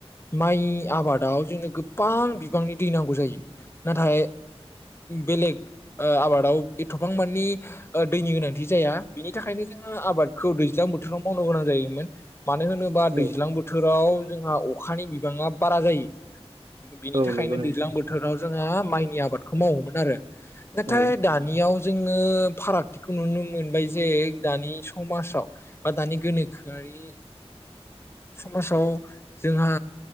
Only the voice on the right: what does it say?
औ
औ
नंगौ नोंथां
औ